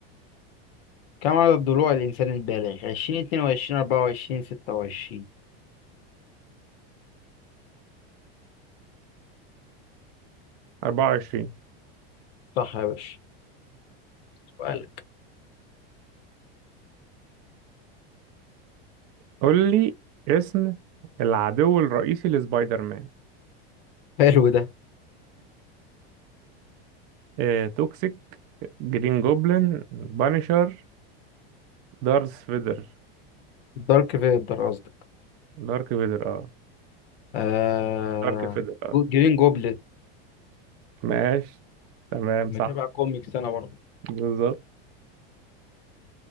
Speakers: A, on the left; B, on the right.
A: كم عدد ضلوع الإنسان البالغ عشرين اتنين وعشرين أربعة وعشرين ستة وعشرين
B: أربعة وعشرين
A: صح يا باشا سؤالك
B: قول لي اسم العدو الرئيسي لسبايدر مان
A: حلو ده
B: اه توكسيك جرين جوبلin بانشر دارث فيدر
A: الدارك في الدراسة
B: دارك فيدر اه
A: آه...
B: دارك فيدر اه
A: جو- جرين جوبلت
B: ماشي تمام
A: متابع
B: صح
A: كوميكس انا برضه
B: بالظبط